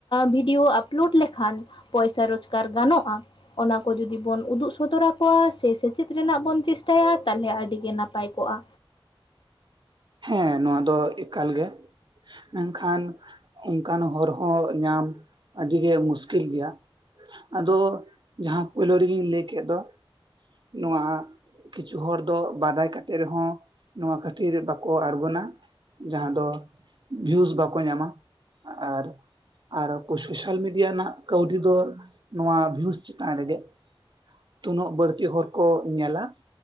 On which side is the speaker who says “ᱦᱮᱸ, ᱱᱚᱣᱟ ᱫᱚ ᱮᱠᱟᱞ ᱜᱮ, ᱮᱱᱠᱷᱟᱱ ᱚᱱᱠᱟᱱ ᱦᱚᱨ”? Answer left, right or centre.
Right